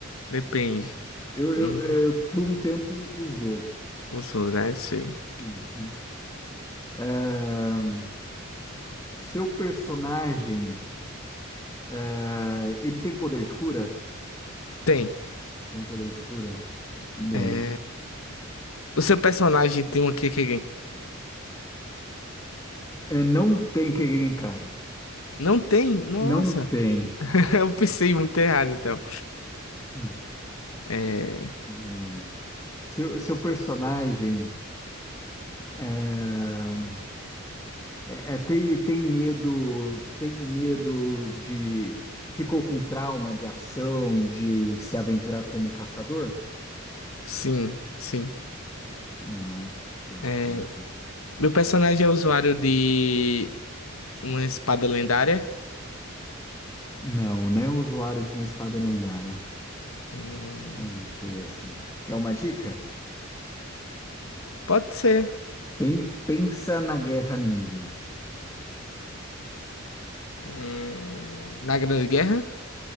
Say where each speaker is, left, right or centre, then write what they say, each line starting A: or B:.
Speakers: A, on the left; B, on the left.
A: Depende.
B: Eu, eu,
A: Hum,
B: eu, por um tempo usou.
A: uso, né? Sei.
B: Uhum. Ahn, seu personagem, ah, ele tem poder de cura?
A: Tem.
B: Tem poder de cura? Bem,
A: É, O seu personagem tem uma Kekkei
B: é, não tem Kegenkai.
A: Não tem? Nossa,
B: Não tem.
A: <laughs> eu pensei muito errado então.
B: Hum,
A: É,
B: Bem, seu, seu personagem ah, é, é, tem, tem medo, tem medo de ficou com trauma de ação, de se aventurar como caçador?
A: sim, sim.
B: Não, bem,
A: É,
B: bem.
A: meu personagem é usuário de uma espada lendária.
B: Não, né? O usuário de uma espada lendária.
A: Hum,
B: É, chega a ser. Quer uma dica?
A: pode ser.
B: Pen- pensa na Guerra Ninja.
A: Hum, na Grande Guerra?